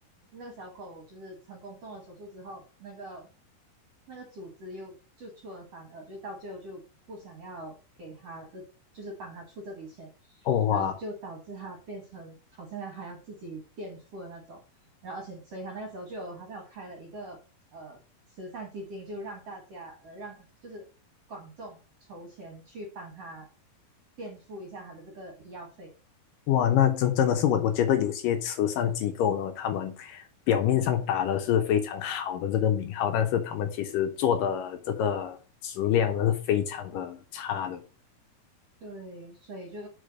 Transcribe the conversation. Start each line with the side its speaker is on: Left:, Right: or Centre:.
Right: 那个小狗就是成功动了手术之后，那个那个组织又就出尔反尔，就到最后就不想要给他这就是帮他出这笔钱，
Left: 哦哇。
Right: 然后就导致他变成好像还要自己垫付的那种，然后而且所以他那个时候就有好像有开了一个呃慈善基金，就让大家呃让就是广众筹钱去帮他垫付一下他的这个医药费，
Left: 哇，那真真的是我，
Right: 对。
Left: 我觉得有些慈善机构呢，他们表面上打的是非常好的这个名号，但是他们其实做的这个质量呢是非常的差的。
Right: 对，所以就